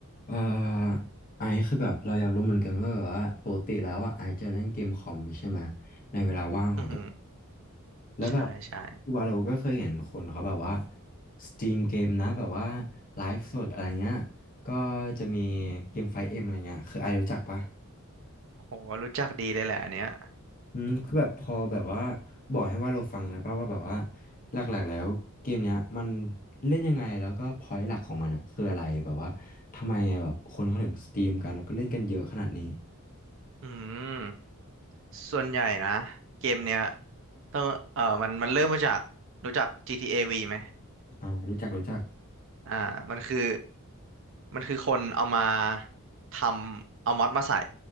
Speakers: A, on the left; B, on the right.
A: เอ่อไอซ์คือแบบเราอยากรู้เหมือนกันว่าแบบว่าปกติแล้วอ่ะไอซ์จะเล่นเกมคอมใช่ไหมเวลาว่างของตัว
B: อือหือ
A: แล้วแบบ
B: ใช่ใช่
A: วาโลก็เคยเห็นคนเขาแบบว่าสตรีมเกมนะแบบว่าไลฟ์สดอะไรเงี้ยก็จะมีเกมไฟเอ็มอะไรเงี้ยคือไอซ์รู้จักปะ
B: โหรู้จักดีเลยแหละอันเนี้ย
A: อืมคือแบบพอแบบว่าบอกให้วาเราฟังนะป่ะว่าแบบว่าหลักๆแล้วเกมเนี้ยมันเล่นยังไงแล้วก็พอยต์หลักของมันอะคืออะไรแบบว่าทำไมแบบคนเขาถึงสตรีมกันแล้วก็เล่นกันเยอะขนาดนี้
B: อืมส่วนใหญ่นะเกมเนี้ยต้องเออมันมันเริ่มมาจากรู้จัก GTA V ไหม
A: อ่ารู้จักรู้จัก
B: อ่ามันคือมันคือคนเอามาทำเอามอดมาใส่